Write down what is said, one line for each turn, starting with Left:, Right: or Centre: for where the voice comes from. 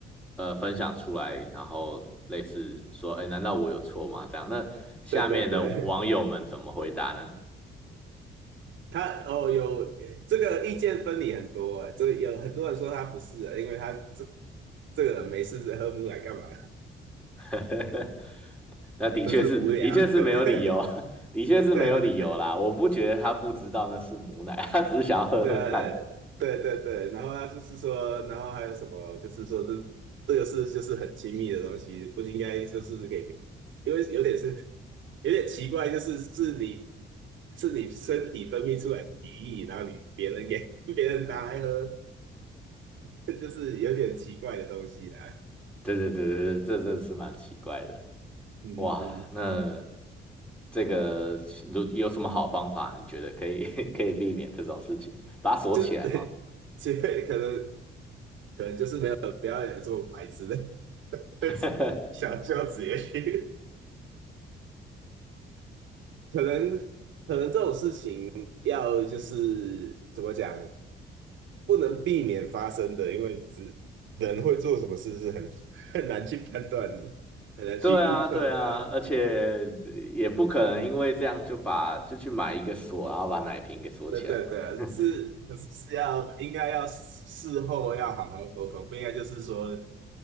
Centre: 呃分享出来，然后类似说，哎，难道我有错吗？这样，那下面的网友们怎么回答呢？
Right: 对对对，他哦有这个意见分歧很多哎，这个有很多人说他不是啊，因为他这这个人没事喝母奶干嘛？
Centre: <laughs> 那的确是，
Right: 就是无聊，
Centre: 的确是没有理由，
Right: <laughs> 对
Centre: <laughs> 的确是没有理由啦。
Right: 对。
Centre: 我不觉得他不知道那是母奶，<laughs> 他只是想要喝喝看。
Right: 对啊，对对对，然后他就是说，然后还有什么，就是说这这个是就是很亲密的东西，不应该就是给别，因为有点是有点奇怪，就是是你是你身体分泌出来的体液，然后你别人给 <laughs> 别人拿来喝，<laughs> 就是有点奇怪的东西啦。
Centre: 对对对对对，这这是蛮奇怪的。
Right: 嗯嗯嗯，
Centre: 哇，那这个如有什么好方法？你觉得可以 <laughs> 可以避免这种事情？把它锁起来吗？
Right: 就 <laughs> 其实可能可能就是没有不要有这么白痴的 <laughs>
Centre: <laughs>
Right: 小孝子也去。可能可能这种事情要就是怎么讲，不能避免发生的，因为只人会做什么事是很 <laughs> 很难去判断的，很难去预测的。
Centre: 对啊，对啊，而且也不可能因为这样就把就去买一个锁，然后把奶瓶给锁起来嘛。
Right: 对对对，
Centre: <laughs>
Right: 是可是是要应该要事后要好好沟通，不应该就是说